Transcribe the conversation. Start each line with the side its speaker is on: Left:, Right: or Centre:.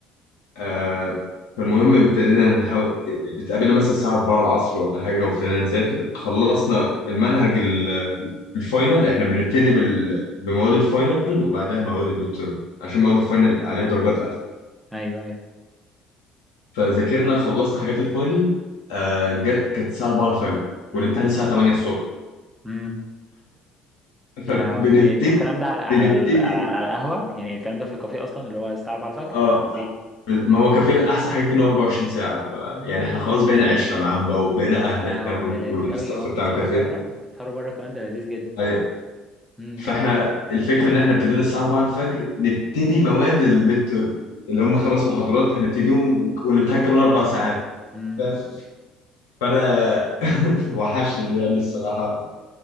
Left: آه... فالمهم ابتدينا نحاول اتقابلنا مثلا الساعه 4 العصر ولا حاجه وابتدينا نذاكر خلصنا المنهج ال... الفاينل احنا بنبتدي بال... بمواد الفاينل وبعدها مواد الميد تيرم عشان
Centre: مم.
Left: مواد الفاينل عليها درجات اتقل
Centre: ايوه ايوه
Left: فذاكرنا خلصنا حاجات الفاينل آه... جت كانت الساعه 4 الفجر
Centre: مم.
Left: والامتحان الساعه 8 الصبح
Centre: مم.
Left: فبنبتدي
Centre: يا لهوي إيه، انتوا الكلام ده على على
Left: بنبتدي
Centre: ال- على على القهوه يعني الكلام ده في الكافيه اصلا اللي هو الساعه 4 الفجر
Left: اه
Centre: ولا في البيت
Left: ما هو كافيه احسن حاجه فيه ان هو 24 ساعه ف
Centre: مم.
Left: يعني احنا خلاص بقينا عشره معاهم بقى وبقينا اهل
Centre: يا لهوي
Left: احنا
Centre: ده لذيذ
Left: والستاف
Centre: قوي كمان
Left: بتاع
Centre: بتسهروا
Left: الكافيه
Centre: بره بتسهروا بره كمان ده لذيذ جدا
Left: ايوه
Centre: امم
Left: فاحنا
Centre: كم
Left: الفكره ان احنا ابتدينا الساعه 4 الفجر نبتدي مواد الميد تيرم اللي هم
Centre: امم
Left: خمس محاضرات هنبتديهم والامتحان كمان اربع ساعات
Centre: امم
Left: فاهم فانا <laughs> وحشني يعني الصراحه